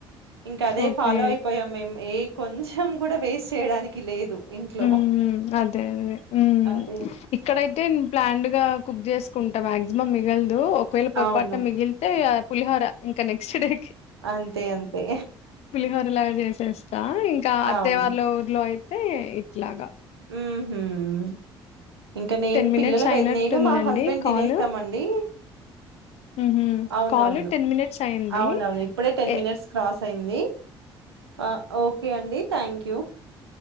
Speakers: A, on the right; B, on the left.
A: ఇంకా అదే
B: ఓకే
A: ఫాలో అయిపోయాం మేం ఏ కొంచెం కూడా వేస్ట్ చేయడానికి లేదు ఇంట్లో
B: ఉం ఉమ్ అదే అదే ఉమ్
A: అదే
B: ఇక్కడైతే ప్లాండ్ గా కుక్ చేసుకుంటా మాక్సిమం మిగలదు ఒకవేళ పొరపాటున
A: అవును
B: మిగిలితే పులిహార ఇంక నెక్స్ట్ డే
A: అంతే అంతే
B: పులిహోరలాగా చేసేస్తా ఇంకా అత్తేయవాళ్ల
A: అవును
B: ఊర్లో అయి తే ఇట్లాగా
A: ఉహుమ్ ఇంకా నేను
B: టెన్ మినిట్స్
A: పిల్లలకై
B: అయినట్టుందండి
A: నేను మా హస్బెండ్
B: కాల్
A: తినేస్తామండి
B: ఉహు
A: అవునవును
B: కాల్ టెన్ మినిట్స్ అయింది
A: అవునవును ఇప్పుడే టెన్
B: ఏ
A: మినిట్స్ క్రాస్ అయింది ఆ ఓకే అండి థ్యాంక్ యూ